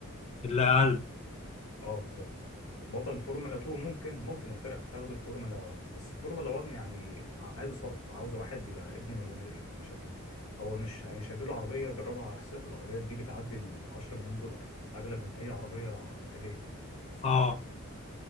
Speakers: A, on the left; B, on the left.
A: اللي اقل
B: اه بالظبط بطل الفورمولا 2 ممكن ممكن الفرق تاخده الفورمولا 1 بس الفورمولا 1 يعني عايزه صرف عاوزه واحد يبقى ابن مليونير عشان هو مش مش هيديله عربيه يجربها على حسابه العربيات دي بتعدي ال 10 مليون دولار اغلى من اي عربيه انتاجيه اصلا
A: اه